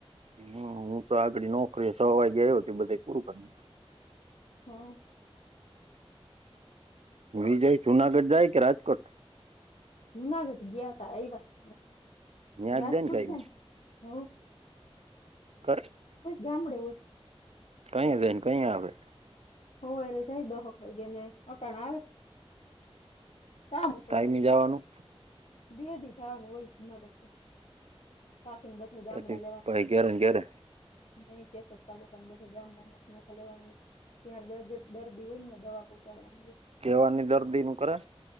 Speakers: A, on the right; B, on the left.
A: હમ હું તો આગળ નોકરી સવારે ગયો હતી બધે પૂરું કરી.
B: હા
A: વિજય જુનાગઢ જાય કે રાજકોટ.
B: જુનાગઢ ગયા ત એ
A: ન્યાં
B: રાજકોટ
A: જ જઈ ને કઈ
B: છે હ
A: કર
B: ગામડે હોય
A: કઈ જઈને કઈ આવેે.
B: હોય ર જાય દહક વાગે ને અટાણા આવે. કામ ઉપર
A: ટાઈમે
B: હોય
A: જવાનું
B: બે દી જવાનું હોય નાગર બાકીને બધા ગામડા
A: પછી
B: લેવાના
A: પહી
B: હોય.
A: ઘેરે ને ઘેરે
B: નહી કેસો તાલુકાું બધે ગામડા ન ન ખા લેવાનું. જાર દર્ દર્દી હોય ને દવા પહોંચાડવાની.
A: કેવાની દર્દી નું કરે.